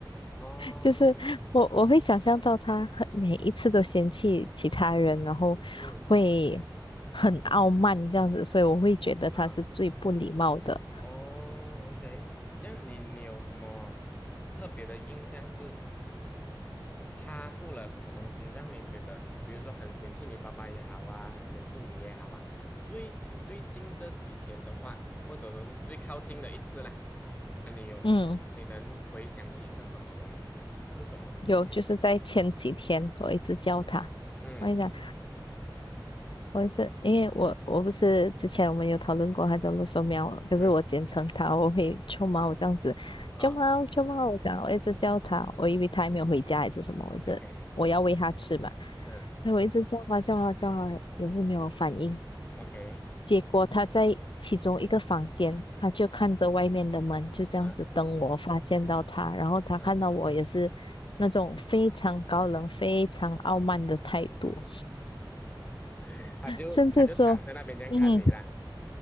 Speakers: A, on the left; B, on the left.
A: 哦
B: 就是我我会想象到他很每一次都嫌弃其他人，然后会很傲慢这样子，
A: 嗯
B: 所以我会觉得他是最不礼貌的。
A: 啊哦，OK，这样你你有什么特别的印象是他做了什么东西让你觉得，比如说很嫌弃你爸爸也好啊，很嫌弃你也好啊，最最近这几天的话，或者说是最靠近的一次啦，啊，你有你能回想起是什么东西吗？
B: 嗯，
A: 是什么事件吗？
B: 有就是在前几天我一直教他，
A: 嗯
B: 我跟你讲。我这因为我我不是之前我们有讨论过它叫乐寿喵嘛可是我简称它，
A: 嗯
B: 我会臭猫我这样子，
A: 啊
B: 臭猫臭猫，我讲我一直叫它，我以为它还没有回家还是什么，我一直我要喂它吃嘛，
A: ，OK，嗯
B: 那我一直叫它叫它叫它也是没有反应，
A: ，OK，
B: 结果它在其中一个房间，它就看着外面的门，就这样子等我发现到它，
A: 嗯
B: 然后它看到我也是那种非常高冷、
A: 嗯，
B: 非常傲慢的态度，
A: <laughs> 他就他就躺在那边这样看你啦。
B: 甚至说。嗯，